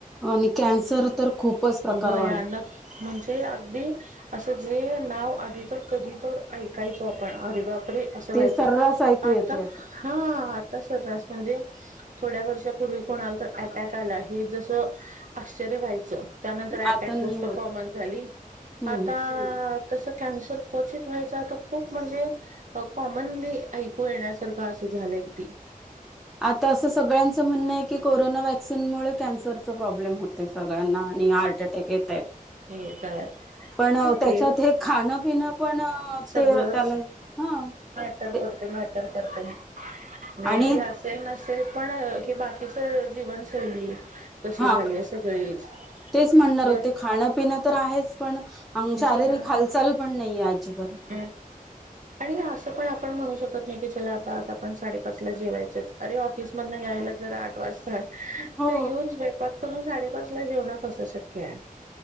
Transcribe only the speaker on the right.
भयानक
म्हणजे अगदी असं जे नाव आधी तर कधी तर ऐकायचो आपण अरे बापरे असं
व्हायचं
आता हा आता सर्रास म्हणजे थोड्या वर्षापूर्वी कोणाला तर अटॅक आला हे जसं आश्चर्य व्हायचं त्यानंतर अटॅक
गोष्ट
कॉमन झाली
आता तसं कॅन्सर क्चित व्हायच तर खूप म्हणजे कॉमनली ऐकू येण्यासारखं असं झालंय की
हे काय
ते
सगळंच
मॅटर
करते मॅटर करते मे
बी असेल नसेल पण हे बाकीच जीवनशैली कशी
झाली आहे सगळीच
बर
जीवन
<inaudible> आणि असं पण आपण म्हणू शकत नाय की चला आता आज आपण साडेपाच ला जेवायचंच अरे ऑफिस मधन यायला जरा आठ वाजता
तर येऊन स्वयंपाक करून साडेपाच ला <inaudible> कस शक्य आहे